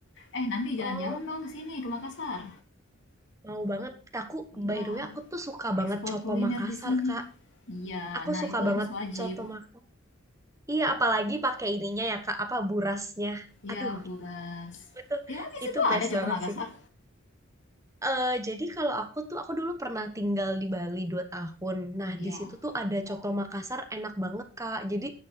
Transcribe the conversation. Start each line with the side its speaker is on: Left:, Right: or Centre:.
Left: Eh, nanti
Right: Oh,
Left: jalan-jalan dong ke sini, ke Makassar.
Right: mau banget. Aku
Left: Iya,
Right: by the way aku tuh suka banget
Left: ekspor
Right: coto
Left: kuliner
Right: Makassar
Left: di sini.
Right: kak.
Left: Iya,
Right: Aku
Left: nah
Right: suka
Left: itu
Right: banget
Left: harus wajib.
Right: coto Makassar. Iya, apalagi pakai ininya ya kak, apa burasnya.
Left: Iya,
Right: Aduh,
Left: Buras.
Right: itu
Left: Emang di situ
Right: itu
Left: ada
Right: best
Left: coto
Right: banget
Left: Makassar?
Right: sih. eh jadi kalau aku tuh, aku dulu pernah tinggal di Bali 2 tahun. Nah,
Left: Iya,
Right: di situ tuh ada coto Makassar enak banget, Kak. Jadi,